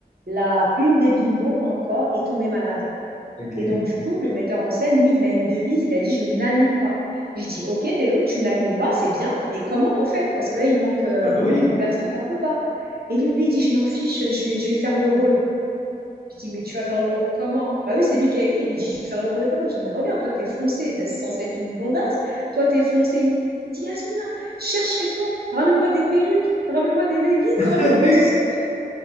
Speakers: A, on the right (about 70°); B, on the left (about 45°).
A: la, une des bimbos encore est tombée malade.
B: Ok.
A: Et donc du coup, le metteur en scène, lui, il a une devise, il a dit je n'annule pas. Je dis ok Delo, tu n'annules pas, c'est bien, mais comment on fait Parce que là, il manque, euh,
B: Ah bah
A: il
B: oui.
A: manque une personne et on ne peut pas. Et lui, il dit je m'en fiche, je vais, je vais faire le rôle. Je dis, mais tu vas faire le rôle comment? Bah oui, c'est lui qui a écrit. Il dit, je vais faire le rôle comment? Je dis, mais regarde, toi, t'es foncé. c'est censé être une blondasse. Toi, t'es foncé. Il me dit, Yasmina, cherche chez toi. Ramène-moi des perruques. Ramène-moi des leggings.
B: <laughs>
A: Ramène-moi tout ce que